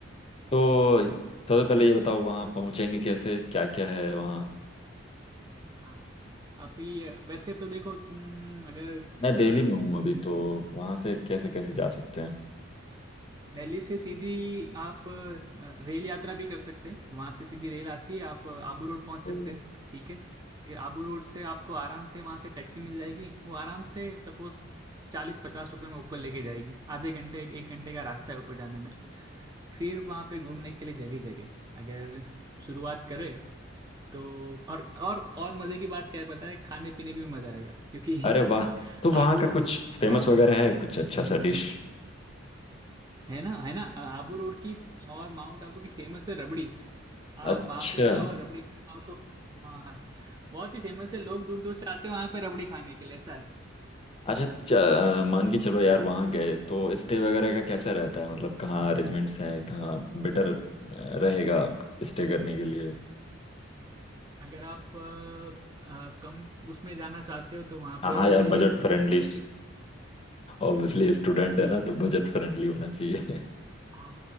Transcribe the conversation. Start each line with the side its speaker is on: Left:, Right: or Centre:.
Left: तो सबसे
Right: हम्म,
Left: पहले ये बताओ वहाँ पहुँचेंगे कैसे क्या क्या है वहाँ
Right: हाँ अभी वैसे तो देखो तुम अगर अ,
Left: मैं दिल्ली में हूँ
Right: तुम
Left: अभी तो वहाँ से कैसे कैसे जा सकते हैं
Right: दिल्ली से सीधी आप अ, रेल यात्रा भी कर सकते हैं वहां से सीधी रेल आती है आप आबू रोड पहुंच
Left: ओ
Right: सकते हैं ठीक है फिर आबू रोड से आपको आराम से वहां से टैक्सी मिल जाएगी वो आराम से सपोज चालीस पचास रुपए में ऊपर लेके जाएगी आधे घंटे एक घंटे का रास्ता है ऊपर जाने में फिर वहां पे घूमने के लिए जगह जगह अगर शुरुआत करें तो और और और मजे की बात क्या है पता है खाने पीने भी मजा आएगा क्योंकि
Left: अरे वाह
Right: <laughs>
Left: तो वहाँ
Right: आबू
Left: का
Right: रोड
Left: कुछ फेमस
Right: हाँ
Left: वगैरह है कुछ अच्छा सा डिश
Right: है ना है ना आबू रोड की और माउंट आबू की फेमस है रबड़ी आप
Left: अच्छा
Right: वहां पे जाओ और रबड़ी खाओ तो हाँ बहुत ही फेमस है लोग दूर दूर से आते हैं वहां पे रबड़ी खाने के लिए ऐसा है
Left: अच्छा च- अ, मान के चलो यार वहाँ गए तो स्टे वगैरह का कैसा रहता है मतलब कहाँ अरेंजमेंट्स हैं कहाँ बेटर रहेगा स्टे करने के लिए
Right: अगर आप अ, अ, कम उसमें जाना चाहते हो तो वहां
Left: हाँ
Right: पे
Left: हाँ यार बजट फ्रेंडली
Right: अच्छी अच्छी
Left: ऑब्वियसली स्टूडेंट
Right: ठीक
Left: <laughs> है ना तो बजट फ्रेंडली होना चाहिए
Right: हाँ